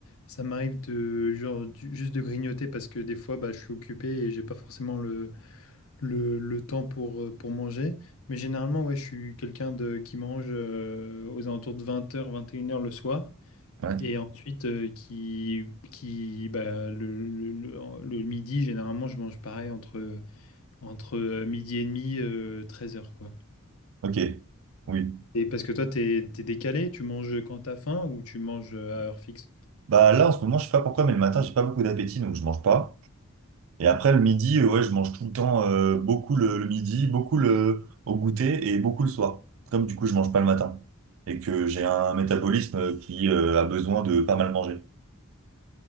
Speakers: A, on the left; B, on the right.
A: ça m'arrive de genre du- juste de grignoter parce que des fois bah, je suis occupé et j'ai pas forcément le, le, le temps pour, euh, pour manger. Mais généralement, ouais, je suis quelqu'un de qui mange euh, aux alentours de 20h, 21h le soir.
B: Ouais.
A: Et ensuite, euh, qui, qui, bah, le, le, le le midi, généralement, je mange pareil entre entre euh, midi et demi, euh, 13h, quoi.
B: Ok. Oui.
A: Et parce que toi, t'es, t'es décalé, tu manges quand t'as faim ou tu manges euh, à heure fixe?
B: Bah là, en ce moment, je sais pas pourquoi, mais le matin, j'ai pas beaucoup d'appétit, donc je mange pas. Et après, le midi, euh, ouais, je mange tout le temps euh, beaucoup le, le midi, beaucoup le, au goûter et beaucoup le soir. Comme du coup, je mange pas le matin et que j'ai un métabolisme euh, qui euh, a besoin de pas mal manger.